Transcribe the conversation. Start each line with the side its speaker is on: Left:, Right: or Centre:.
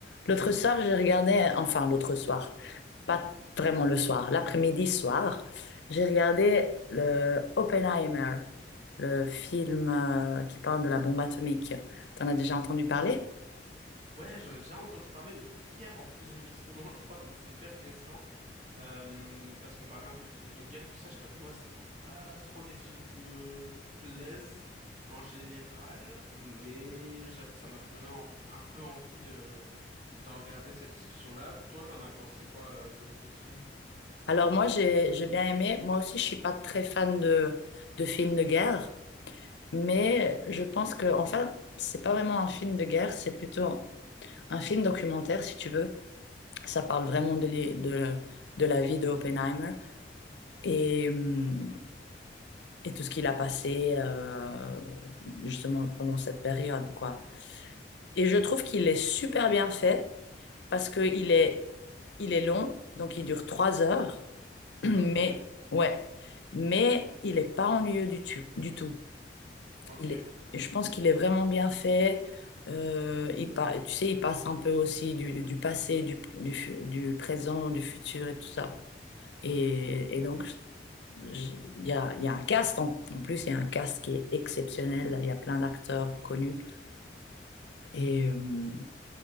Left: L'autre soir, j'ai regardé, enfin l'autre soir, pas vraiment le soir, l'après-midi soir, j'ai regardé le Oppenheimer, le film euh, qui parle de la bombe atomique. T'en as déjà entendu parler?
Right: Ouais, j'en ai déjà entendu parler, mais hier en plus justement, <laughs> je crois, donc c'est hyper récent. Euh, parce qu'on parlait un peu de films de guerre, tout ça, je t'avoue, moi, c'est pas trop des films qui me plaisent en général, mais j'avoue que ça m'avait donné en- un peu envie euh, d'en regarder cette discussion-là. Toi, t'en as pensé quoi euh, de, de ce film?
Left: Alors moi, j'ai j'ai bien aimé. Moi aussi, je suis pas très fan de, de films de guerre, mais je pense que, enfin, c'est pas vraiment un film de guerre, c'est plutôt un film documentaire, si tu veux. Ça parle vraiment de, l'é- de, de la vie de Oppenheimer. Et hum, et tout ce qu'il a passé euh, justement pendant cette période, quoi. Et je trouve qu'il est super bien fait parce que il est, il est long, donc il dure trois heures, <clears throat> mais
Right: Ah oui, quand même.
Left: ouais, mais il est pas ennuyeux du tout, du tout.
Right: Ok.
Left: Il est, je pense qu'il est vraiment bien fait. Euh, il pa- tu sais, il passe un peu aussi du, du passé, du, du, fu- du présent, du futur et tout ça. Et, et donc, je- il y a, il y a un cast, en, en plus, il y a un cast qui est exceptionnel. Il y a plein d'acteurs connus. Et euh,